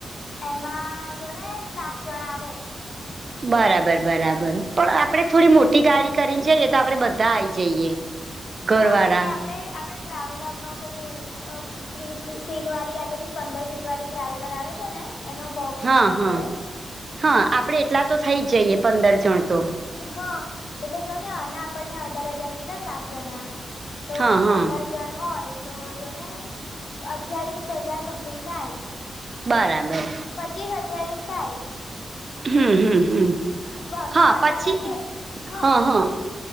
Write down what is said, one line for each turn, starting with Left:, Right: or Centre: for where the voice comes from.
Left: એમાં જો ને, સાત જણ આવે.
Right: બરાબર, બરાબર, પણ આપડે થોડી મોટી ગાડી કરીને જઈએ, તો આપડે બધા આઈ જઈએ. <unintelligible> ઘરવાળા
Left: હા, એટલે આપડે આપડે ટ્રાવેલર નો પે ત્રીસ સીટ વાળી, યા તો પંદર સીટ વાળી ટ્રાવેલર આવે છે ને, એનો ભાવ પૂછાવો
Right: હા, હા,
Left: પડે
Right: હા, આપડે એટલા તો થઇ જ જઈએ, પંદર જણ તો.
Left: હા, એટલે જો ને, એના આપણને અઢાર હજાર કીધા સાત જણના. તો
Right: હા હા
Left: પંદર જણ હોય તો, જોને અઠ્યાવીસ હજાર સમથિંગ થાય.
Right: બરાબર.
Left: પચીવ અઠ્યાવીસ થાય.
Right: હમ હમ હમ.
Left: ભાગે
Right: હા
Left: પડતા
Right: પછી
Left: કરીએ હામ
Right: હા હા